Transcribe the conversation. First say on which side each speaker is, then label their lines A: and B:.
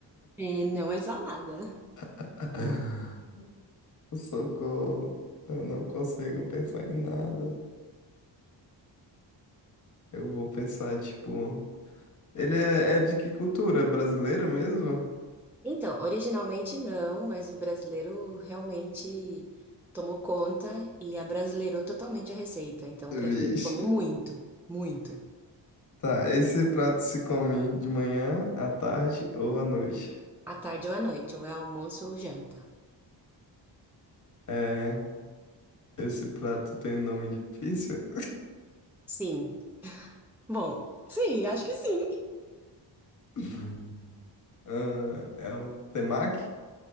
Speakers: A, in the centre; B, on the left (about 40°).
A: E não é salada.
B: <laughs> Socorro, eu não consigo pensar em nada. Eu vou pensar, tipo. Ele é, é de que cultura? Brasileira mesmo?
A: Então, originalmente não, mas o brasileiro realmente tomou conta e abrasileirou totalmente a receita. Então, o brasileiro
B: Vixe.
A: come muito, muito.
B: Tá, esse prato se come de manhã, à tarde ou à noite?
A: À tarde ou à noite, ou é almoço ou janta.
B: É, esse prato tem nome difícil?
A: Sim. Bom, sim, acho que sim.
B: <laughs> Ah, é um temaki?